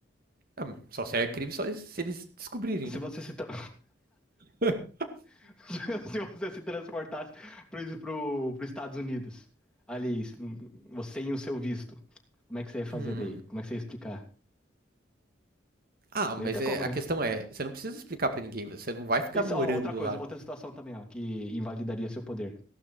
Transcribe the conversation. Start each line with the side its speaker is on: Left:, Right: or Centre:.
Right: Ah, só se é crime só se eles descobrirem,
Centre: Se
Right: né?
Centre: você se, tra-
Right: <laughs>
Centre: <laughs> se você se transportasse pro, pro, pro Estados Unidos, ali, você e o seu visto, como é que você ia fazer
Right: Hum.
Centre: daí? Como é que você ia explicar?
Right: Ah,
Centre: Não
Right: mas
Centre: ia ter
Right: é,
Centre: como,
Right: a
Centre: né?
Right: questão é, você não precisa explicar pra ninguém, você não vai ficar
Centre: Isso,
Right: morando
Centre: ó, outra coisa,
Right: lá.
Centre: outra situação também, ó, que invalidaria seu poder.